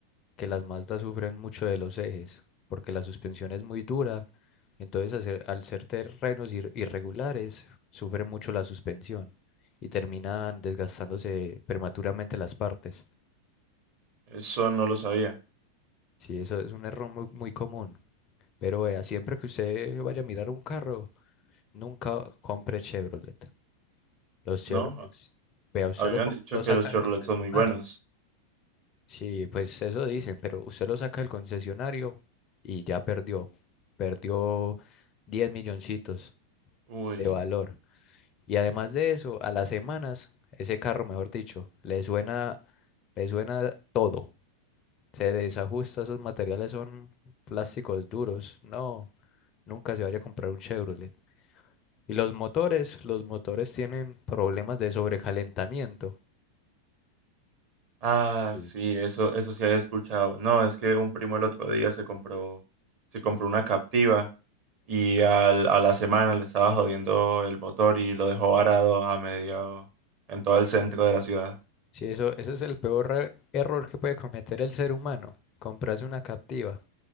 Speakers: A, on the left (about 35°); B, on the right (about 40°).
A: que las Mazdas sufren mucho de los ejes, porque la suspensión es muy dura, entonces al ser, al ser terrenos ir- irregulares, sufre mucho la suspensión y terminan desgastándose prematuramente las partes.
B: Eso no lo sabía.
A: Sí, eso es un error muy, muy común, pero vea, siempre que usted vaya a mirar un carro, nunca compre Chevrolet. Los Chevrolet,
B: ¿No?
A: vea, usted
B: A mí
A: lo,
B: me
A: com-
B: han dicho
A: lo
B: que
A: saca
B: los Chevrolet
A: del concesionario.
B: son muy buenos.
A: Sí, pues eso dicen, pero usted lo saca del concesionario y ya perdió. Perdió 10 milloncitos
B: Uy.
A: de valor. Y además de eso, a las semanas, ese carro, mejor dicho, le suena, le suena todo. Se desajusta, esos materiales son plásticos duros. No, nunca se vaya a comprar un Chevrolet. Y los motores, los motores tienen problemas de sobrecalentamiento.
B: Ah,
A: Sí.
B: sí, eso, eso sí había escuchado. No, es que un primo el otro día se compró, se compró una Captiva y al- a la semana le estaba jodiendo el motor y lo dejó varado a medio, en todo el centro de la ciudad.
A: Sí, eso, ese es el peor re- error que puede cometer el ser humano. Comprarse una captiva